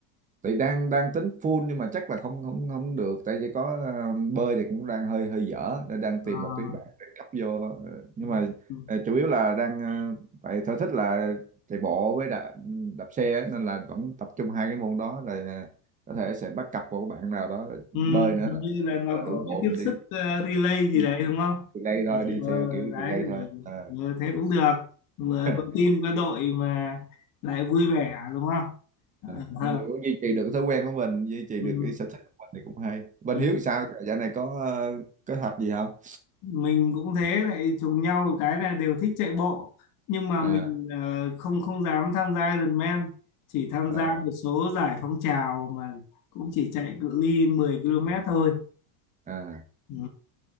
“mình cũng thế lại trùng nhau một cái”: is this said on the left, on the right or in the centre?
Left